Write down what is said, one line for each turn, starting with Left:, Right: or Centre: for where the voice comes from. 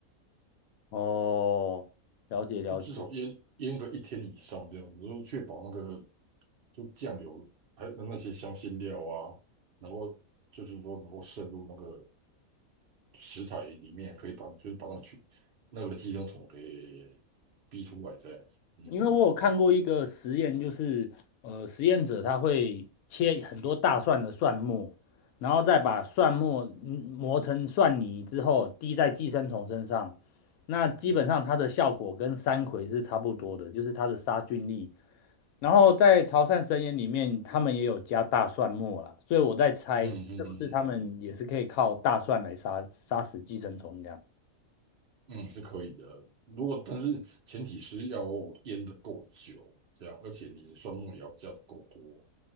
Left: 哦，了解了解。
Right: 都至少腌腌个一天以上这样子，就确保那个就酱油还有那些香辛料啊，能够就是说能够渗入那个食材里面，可以把就是把那个去那个寄生虫给逼出来这样子。嗯
Left: 因为我有看过一个实验，就是呃，实验者他会切很多大蒜的蒜末，然后再把蒜末嗯磨成蒜泥之后滴在寄生虫身上，那基本上它的效果跟山葵是差不多的，
Right: 嗯
Left: 就是它的杀菌力。然后在潮汕神盐里面，他们也有加大蒜末啦，所以我在猜是不是他们也是可以靠大蒜来杀杀死寄生虫这样。
Right: 嗯嗯嗯嗯，是可以的。如果但是前提是要腌的够久，这样，而且你的蒜末也要加的够多，